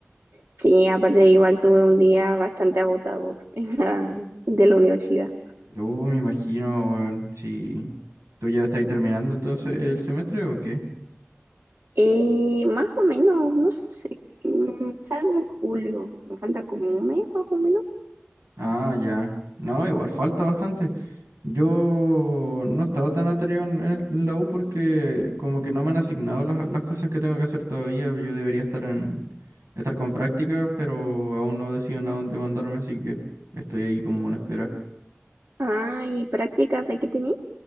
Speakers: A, on the right; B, on the right.
A: sí, aparte igual tuve un día bastante agotador <laughs> en la- de la universidad.
B: Uh, me imagino, weón, si tú ya estás terminando entonces el semestre o qué.
A: Eh, más o menos, no sé, mm, salgo en julio, me falta como un mes más o menos.
B: Ah, ya. No, igual falta bastante. Yo no he estado tan atareado en, el- en la U porque como que no me han asignado las, las cosas que tengo que hacer todavía. Yo debería estar en estar con práctica, pero aún no decían a dónde mandarme, así que estoy ahí como en espera.
A: Ah, ¿y prácticas de qué tenía?